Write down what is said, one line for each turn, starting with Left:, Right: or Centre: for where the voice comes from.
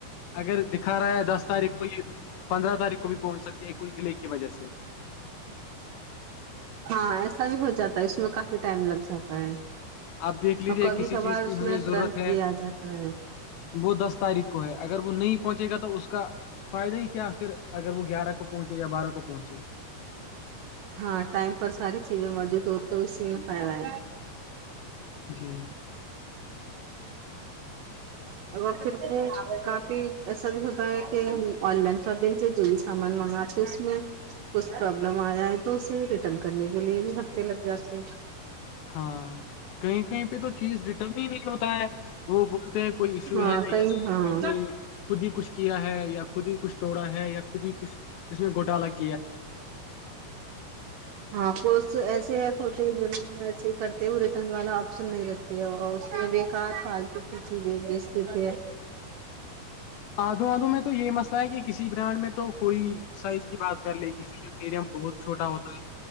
Left: اگر دکھا رہا ہے دس تاریخ کو ہی پندرہ تاریخ کو بھی پہنچ سکتے ہیں کچھ ڈلع کی وجہ سے
Right: ہاں ایسا بھی ہو جاتا ہے اس میں کافی ٹائم لگ جاتا ہے
Left: آپ دیکھ لیجے
Right: اور کبھی
Left: کسی
Right: کبھار
Left: چیز کی
Right: اس
Left: ہمیں
Right: میں
Left: ضرورت
Right: ترنت
Left: ہے
Right: بھی آ جاتا ہے
Left: وہ دس تاریخ کو ہے اگر وہ نہیں پہنچے گا تو اس کا فائدہ ہی کیا پھر اگر وہ گیارہ کو پہنچے یا بارہ کو پہنچی
Right: ہاں ٹائم پر ساری چیزیں موجود ہو تو اسی میں فائدہ ہے
Left: جی
Right: اور پھر بھی کافی ایسا بھی ہوتا ہے کہ ہم آن لائن شاپنگ سے جو بھی سامان منگاتے اس میں کچھ پرابلم آیا ہے تو اسے ریٹرن کرنے کے لیے بھی ہفتے لگ جاتے ہیں
Left: ہاں کہیں کہیں پہ تو چیز ڈیٹرن ہی نہیں ہوتا ہے وہ بولتے ہیں کوئی ایشو
Right: ہاں
Left: ہے
Right: کئی
Left: یا
Right: ہاں
Left: اپ نے خود ہی کچھ کیا ہے یا خود ہی کچھ توڑا ہے یا خود ہی کچھ جس میں گوٹا لگ
Right: ہاں پس ایسے ہیں چھوٹے دونوں وسے کر وہ ریٹرن والا آپشن نہیں رکھتی ہے اور بےیکار پالتے پیچے دیک بیچتے تھ
Left: آدو آدو میں تو یہ مسئلہ ہے کہ کسی برانڈ میں تو کوئی سائز کی بات کر لے کسی میں میڈیم بہت چھوٹا ہوتا ہے